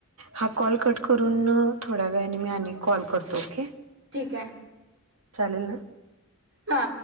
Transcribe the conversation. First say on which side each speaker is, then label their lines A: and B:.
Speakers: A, on the right; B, on the right.
A: हा कॉल कट करून थोड्या वेळाने मी आ कॉल करतो ओके
B: ठीक आहे
A: चालेल ना
B: हा